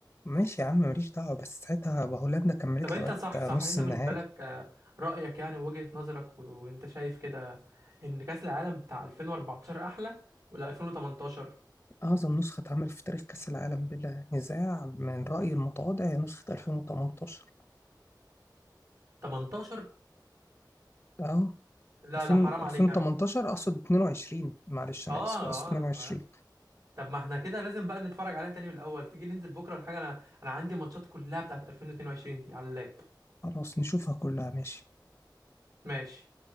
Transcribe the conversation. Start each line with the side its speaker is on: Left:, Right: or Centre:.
Left: ماشي يا عم ماليش دعوة بس ساعتها هولندا كملت
Right: طب انت
Left: لغاية
Right: صح
Left: نص
Right: صح انت
Left: النهائي
Right: بالنسبه لك آه، رايك يعني وجهه نظرك و- وانت شايف كده ان كاس العالم بتاع 2014 احلى ولا 2018
Left: أعظم نسخة اتعملت في تاريخ كأس العالم بلا نزاع من رأيي المتواضع هي نسخة 2018
Right: 18
Left: أهو
Right: لا
Left: 2000
Right: لا حرام
Left: 2018
Right: عليك يا راجل
Left: اقصد 22 معلش انا
Right: اه
Left: اسف اقصد 22
Right: اه انا استغربت طب ما احنا كده لازم بقى نتفرج عليها تاني من الاول تيجي ننزل بكره ولا حاجه انا انا عندي ماتشات كلها بتاعت 2022 دي على اللاب
Left: خلاص نشوفها كلها ماشي
Right: ماشي